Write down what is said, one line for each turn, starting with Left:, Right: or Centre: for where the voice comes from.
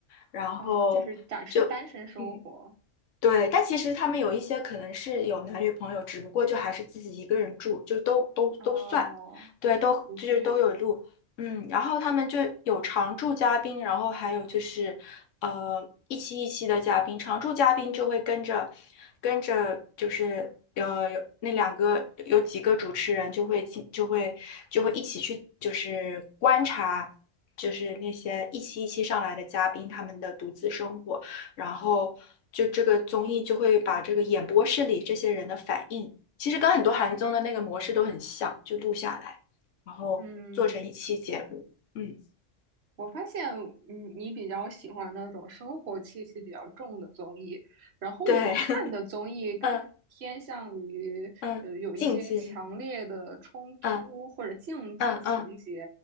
Left: 然后就
Right: 哦，就是展示单身生活
Left: 嗯。对，但其实他们有一些可能是有男女朋友，只不过就还是自己一个人住，就都都都算，
Right: 哦，
Left: 对，都就是都有录，
Right: 独居。
Left: 嗯，然后他们就有常驻嘉宾，然后还有就是呃一期一期的嘉宾，常驻嘉宾就会跟着跟着就是呃有那两个有几个主持人就会进就会就会一起去就是观察，就是那些一期一期上来的嘉宾他们的独自生活。然后就这个综艺就会把这个演播室里这些人的反应，其实跟很多韩综的那个模式都很像，就录下来，然后做成一期节目。
Right: 嗯，
Left: 嗯，
Right: 我发现你你比较喜欢那种生活气息比较重的综艺，然后我看的综艺更加偏向于呃有一些强烈的冲突或者竞技情节，
Left: 对，<laughs> 嗯嗯，竞技类，嗯嗯嗯